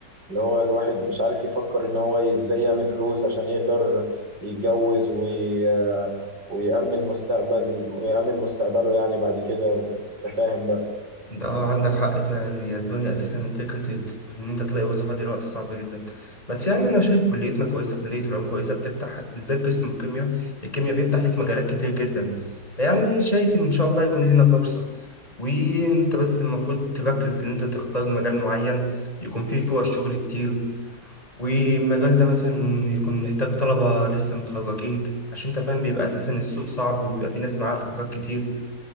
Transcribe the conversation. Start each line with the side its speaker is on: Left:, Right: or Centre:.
Right: اللي هو الواحد مش عارف يفكر ان هو ازاي يعمل فلوس عشان يقدر يتجوز وي... آه، ويأمن مستقبل ويأمن مستقبله يعني بعد كده انت فاهم بقى
Left: ده اه عندك حق فعلا هي الدنيا اساسا فكره الت- ان انت تلاقي وظيفه دلوقتي صعبه جدا بس يعني انا شايف كليتنا كويسه كليه العلوم كويسه بتفتح بالذات قسم الكيمياء الكيمياء بيفتح ليك مجالات كتير جدا يعني شايف ان شاء الله يكون لنا فرصه وانت بس المفروض تركز ان انت تختار مجال معين يكون فيه فرص شغل كتير والمجال ده مثلا يكون محتاج طلبة لسه متخرجين عشان انت فاهم بيبقى اساسا السوق صعب وبيبقى في ناس معاها خبرات كتير